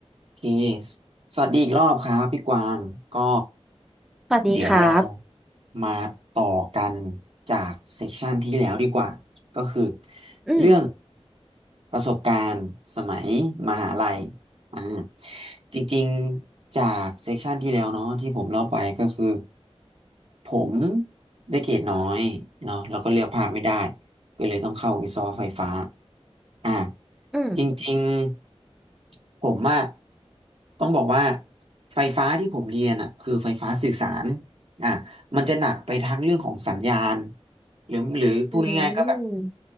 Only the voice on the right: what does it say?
โอเคสสวัสดีอีกรอบครับพี่กวางก็
เดี๋ยวเรามาต่อกันจากเซสชันที่แล้วดีกว่า ก็คือ
เรื่องประสบการณ์สมัยมหาลัย อ่าจริงๆจากเซกชันที่แล้วเนาะที่ผมเล่าไปก็คือผมได้เกรดน้อยเนาะแล้วก็เลือกภาคไม่ได้ก็เลยต้องเข้าวิศวะไฟฟ้าอ่า
จริงๆผมอะต้องบอกว่าไฟฟ้าที่ผมเรียนอะคือไฟฟ้าสื่อสารอ่ะมันจะหนักไปทั้งเรื่องของสัญญาณหรือหรือพูดง่ายๆก็แบบ